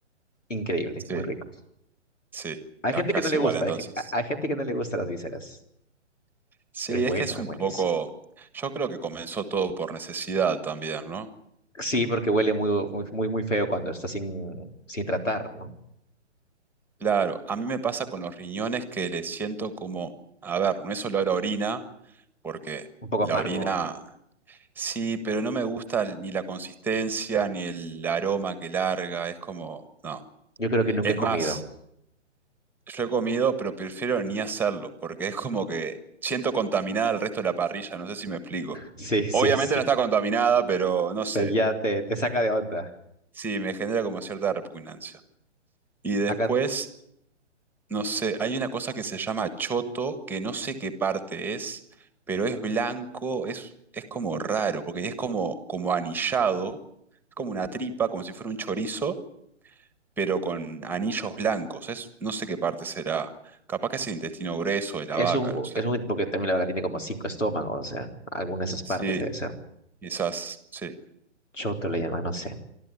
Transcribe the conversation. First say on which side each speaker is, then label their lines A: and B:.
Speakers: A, on the left; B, in the centre.
A: Increíble,
B: sí,
A: muy rico.
B: sí.
A: Hay
B: Acá
A: gente que no
B: es
A: le
B: igual
A: gusta,
B: entonces.
A: hay, ge- a- hay gente que no le gusta las vísceras,
B: Sí,
A: pero es bueno,
B: es que es
A: es
B: un
A: buenísimo.
B: poco, yo creo que comenzó todo por necesidad también, ¿no?
A: Sí, porque huele muy, muy, muy, muy feo cuando está sin, sin tratar, ¿no?
B: Claro, a mí me pasa con los riñones que le siento como, a ver, no es solo la orina, porque
A: Un poco
B: la
A: amargo.
B: orina, sí, pero no me gusta ni la consistencia ni el aroma que larga, es como, no.
A: Yo creo que nunca
B: Es
A: he comido.
B: más, yo he comido, pero prefiero ni hacerlo, porque es como que siento contaminada el resto de la parrilla, no sé si me explico.
A: Sí, <laughs> sí,
B: Obviamente
A: sí.
B: no está contaminada, pero no sé,
A: Te- Ya te, te saca de onda.
B: Sí, me genera como cierta repugnancia. Y después,
A: Acá
B: no sé, hay una cosa que se llama choto, que no sé qué parte es, pero es blanco, es, es como raro, porque es como, como anillado, es como una tripa, como si fuera un chorizo, pero con anillos blancos. Es, no sé qué parte será. Capaz que es el intestino grueso de la
A: es
B: vaca,
A: un,
B: no sé.
A: es un, porque también la vaca tiene como cinco estómagos, o sea, alguna de esas partes
B: Sí,
A: debe ser.
B: quizás, sí.
A: Choto le llaman, no sé.